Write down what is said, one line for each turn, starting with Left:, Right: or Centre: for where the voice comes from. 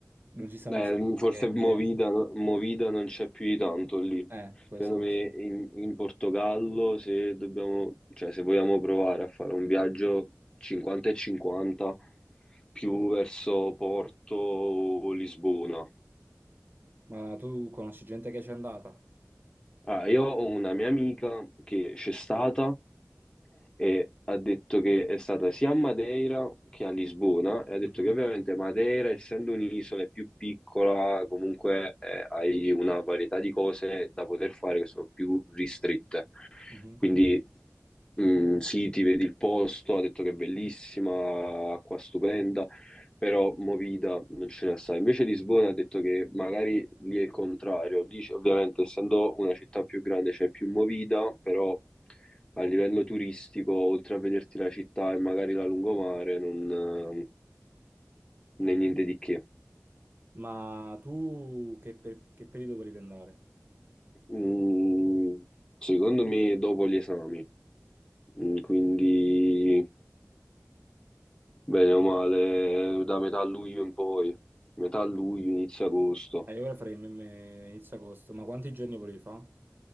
Right: non ci stanno
Left: Eh,
Right: discorsi
Left: forse
Right: che
Left: Movida,
Right: gente.
Left: no- Movida non c'è più di tanto lì.
Right: Eh, questo,
Left: Secondo me
Right: questo sì.
Left: in, in Portogallo, se dobbiamo, cioè, se vogliamo provare a fare un viaggio 50 e 50, più verso Porto o Lisbona.
Right: Ma tu conosci gente che c'è andata?
Left: Ah, io ho una mia amica che c'è stata e ha detto che è stata sia a Madeira che a Lisbona e ha detto
Right: Mhm,
Left: che ovviamente Madeira, essendo un'isola, è più piccola, comunque eh, hai una varietà di cose da poter fare che sono più ristrette.
Right: mhm.
Left: Quindi mm, sì, ti vedi il posto, ha detto che è bellissima, acqua stupenda, però movida non ce n'è assai. Invece Lisbona ha detto che magari lì è il contrario. Lì, c- ovviamente, essendo una città più grande, c'è più movida, però a livello turistico, oltre a vederti la città e magari la lungomare, non, eh, non è niente di che.
Right: Ma tu che, per- che periodo volevi andare?
Left: Mm, secondo me dopo gli esami, Mm, quindi... Bene o male, da metà luglio in poi, metà luglio, inizio agosto,
Right: Eh, io ora farei mm, eh, inizio agosto, ma quanti giorni volevi fare?